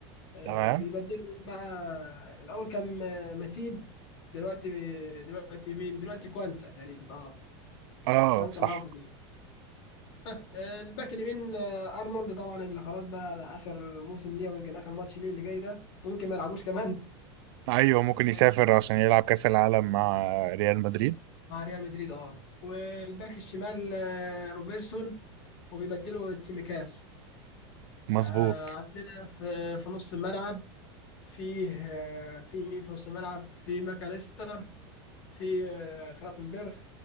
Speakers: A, on the left (about 75°); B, on the right (about 65°).
A: آه،
B: تمام
A: بيبدلوا بقى الاول كان آه، متيب دلوقتي دلوقتي مين دلوقتي كوانسا تقريبا اه
B: اه
A: كوانسا
B: صح
A: معاهم في الفريق. بس آه، الباك اليمين آه، ارنولد طبعا اللي خلاص بقى اخر موسم ليه ويمكن اخر ماتش ليه اللي جاي ده ممكن ما يلعبوش كمان
B: ايوه ممكن
A: آه،
B: يسافر عشان يلعب كاس العالم مع ريال مدريد
A: مع ريال مدريد اه والباك الشمال آه، روبرتسون وبيبدلوا تسيميكاس
B: مظبوط
A: آه، عندنا في في نص الملعب فيه آه، في مين في نص الملعب في ماكاليستر في آه، خلافنبرغ